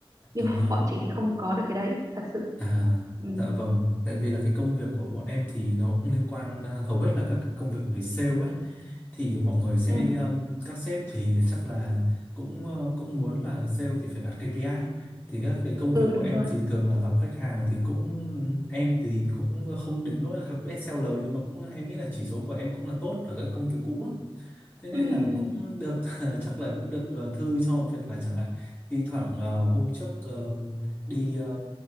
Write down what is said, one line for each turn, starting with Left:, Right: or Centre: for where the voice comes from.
Right: nhưng
Left: đúng
Right: mà
Left: rồi
Right: bọn chị thì không có được cái đấy thật sự.
Left: À,
Right: Ừ.
Left: dạ vâng, tại vì là cái công việc của bọn em thì nó cũng liên quan ờ, hầu hết là các cái công việc về sale ấy thì mọi người sẽ
Right: Ừ.
Left: um, các sếp thì chắc là cũng ờ, cũng muốn là sale thì phải đặt KPI thì các cái công
Right: Ừ
Left: việc của
Right: đúng
Left: em
Right: rồi.
Left: thì thường là gặp khách hàng thì cũng em thì cũng không đến nỗi là <laughs> best seller nhưng mà cũng là em nghĩ là chỉ số của em cũng là tốt ở các công việc cũ thế nên
Right: Ừ ừ
Left: là cũng được <laughs> chắc là cũng được ờ, thư cho việc là chẳng hạn thi thoảng ờ, hôm trước ờ, đi ờ,